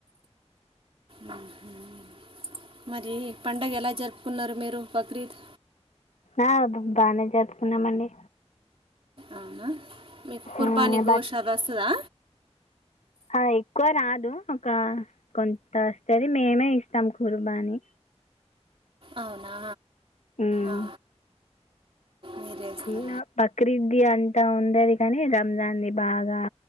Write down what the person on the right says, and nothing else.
హుహ్ మరి పడగ ఎలా జరుపుకున్నారు మీరు బక్రీద్
అవునా మీకు కుర్బానీ
గోష్
ఆది వస్తదా
అవునా
ఆహా మీరే ఇస్తార